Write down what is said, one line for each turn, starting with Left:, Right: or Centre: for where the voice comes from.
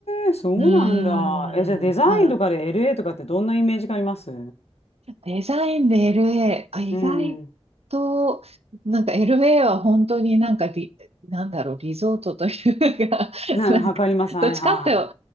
Left: え、そうなんだ。
Right: うん、
Left: え、じゃあデザインとかで
Right: はい。
Left: LA とかってどんなイメージがあります
Right: デザインで LA、あ、意外と、
Left: うん。
Right: なんか LA は本当になんかリ、なんだろう、リゾートというか、<laughs>
Left: なんか、
Right: なんか、
Left: わかります。はいは
Right: どっちかって